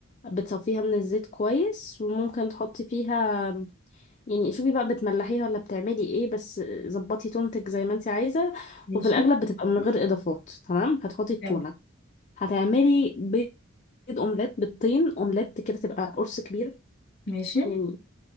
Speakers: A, on the left (about 35°); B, on the left (about 55°).
A: بتصفيها من الزيت كويس وممكن تحطي فيها يعني شوفي بقى بتملحيها ولا بتعملي ايه بس ظبطي تونتك زي ما انت عايزه
B: ماشي
A: وفي الاغلب بتبقى من غير اضافات تمام هتحطي التونه
B: حلو.
A: هتعملي بيض اومليت بالطين اومليت كده تبقى قرص كبير
B: ماشي
A: يعني